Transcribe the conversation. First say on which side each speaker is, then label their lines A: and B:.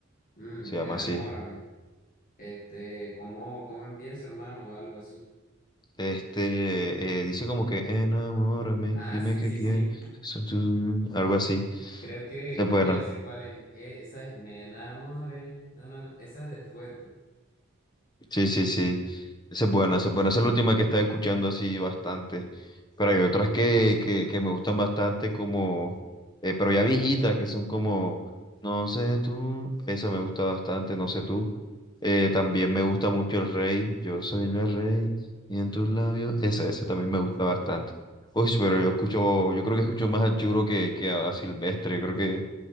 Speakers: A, on the left; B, on the left.
A: Mm,
B: Se llama
A: enamórame.
B: así.
A: Este, ¿cómo, cómo empieza, hermano? O algo así.
B: Este, eh, dice como que enamórame,
A: Ah,
B: dime
A: sí,
B: qué
A: sí,
B: quieres.
A: sí.
B: son tus- mm, Algo así.
A: Creo que,
B: Está
A: creo
B: bueno
A: que ya sé cuál es. E- esa es Me enamoré. No, no, no. Esa es del fuerte.
B: Sí, sí, sí. Esa es buena, esa es buena. Esa es la última que estaba escuchando así bastante. Pero hay otras que, que, que me gustan bastante como, eh, pero ya viejitas, que son como, no sé tú, esa me gusta bastante, no sé tú. Eh, también me gusta mucho el rey, yo soy el rey, y en tus labios, esa, esa también me gusta bastante.
A: Uf,
B: Uy, pero yo escucho, yo creo que escucho más a Churo que, que a Silvestre, yo creo que